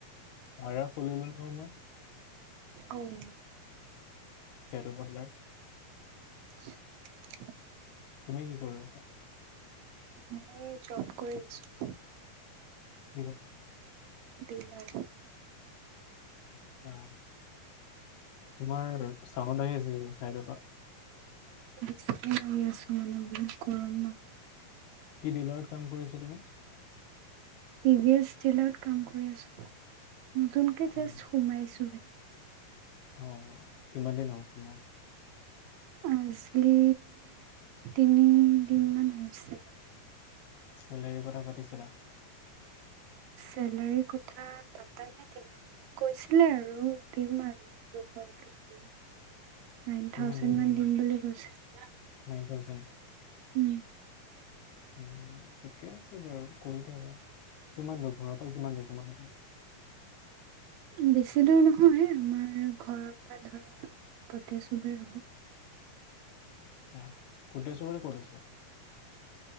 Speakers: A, on the left; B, on the right.
A: আড়া খুলিলো নহয় মই
B: অ ম
A: সেইটো বহেলাৰ
B: <unintelligible>
A: তুমি কি কৰি আছা?
B: মই এ জব কৰি আছো।
A: <unintelligible>
B: দিলাৰ।
A: আৰ্টচা। তোমাৰ চাউণ্ড আহি আছে চাইডৰ পৰা।
B: আহি আছো মানে বহুত গৰম ন।
A: কি ডিলাৰত কাম কৰি আছা তুমি?
B: টি ভি এছ ডিলাৰত কাম কৰি আছো নতুনকে
A: হয়
B: জাষ্ট
A: নেকি?
B: সোমাইছোহে।
A: অ কিমান দিন হ'ল সোমোৱা?
B: আজি তিনি দিন মান হৈছে।
A: চেলেৰীৰ কথা পাতিছিলা?
B: চেলাৰী কথা পাতা নাই তেনেক। কৈছিলে আৰু দিম আৰু জোখৰ টো বুলি। নাইন
A: কিমান
B: থাউজেণ্ড
A: দিন হ'ল
B: মান দিম বুলি কৈছে।
A: Nine thousand?
B: উম।
A: উম, ঠিকে আছে বাৰু কৰি থাকা কিমান দূৰ ঘৰৰ পৰা কিমান দূৰ তোমাৰ?
B: বেছি দূৰ নহয় আমাৰ ঘৰৰ পৰা ধৰা <unintelligible> <unintelligible> হ'ব।
A: আৰ্টচা <unintelligible> ক'ত আছে?